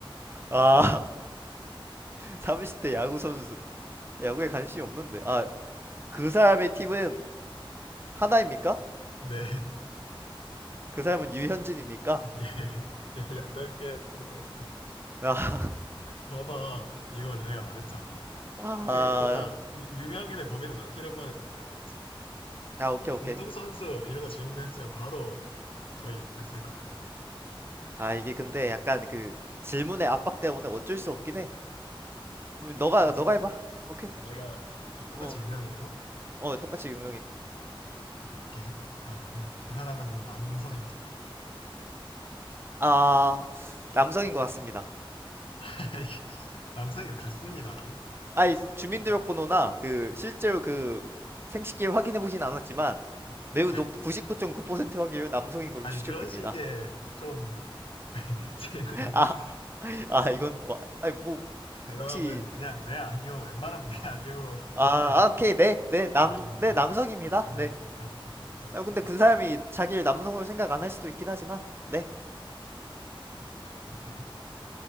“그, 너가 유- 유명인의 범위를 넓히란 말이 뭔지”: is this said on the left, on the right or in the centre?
Left